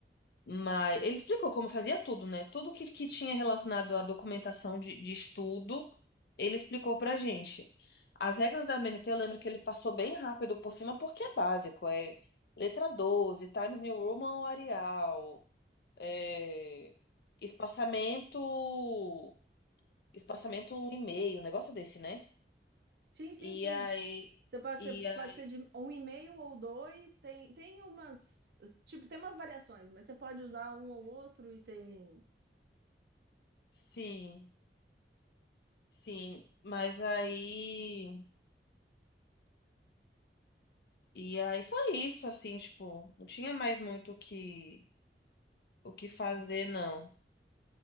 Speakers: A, on the left (about 65°); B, on the right (about 65°).
A: Mas ele explicou como fazia tudo, né? Tudo que, que tinha relacionado à documentação de, de estudo, ele explicou pra gente. As regras da MNT, eu lembro que ele passou bem rápido por cima, porque é básico. É letra doze, Times New Roman Arial, é, espaçamento, espaçamento 1,5, um negócio desse, né?
B: Sim, sim,
A: E
B: sim.
A: aí,
B: Você pode
A: e
B: ser,
A: aí,
B: pode ser de um e meio ou dois. Tem, tem umas, tipo, tem umas variações, mas você pode usar um ou outro e tem.
A: sim, sim. Mas aí. E aí foi isso, assim, tipo, não tinha mais muito o que, o que fazer, não.